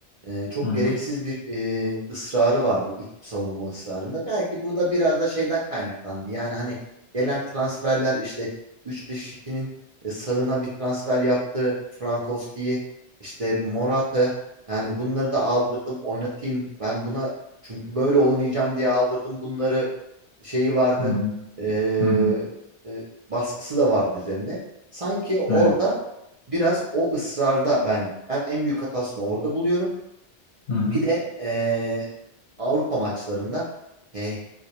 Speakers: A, on the right; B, on the left.
A: e, çok
B: Hı hı.
A: gereksiz bir e, ısrarı vardı üçlü savunma ısrarında. Belki bu da biraz da şeyden kaynaklandı. Yani hani gelen transferler işte üç 5 2nin e, sağına bir transfer yaptı. Frankowski'yi işte Morata yani bunları da aldırdım oynatayım. Ben buna çünkü böyle oynayacağım diye aldırdım bunları şeyi vardı.
B: Hı hı.
A: E,
B: Hı hı.
A: e, baskısı da vardı üzerinde. Sanki orada
B: Evet.
A: biraz o ısrarda ben ben en büyük hatasını orada buluyorum.
B: Hı hı.
A: Bir de eee, Avrupa maçlarında eh,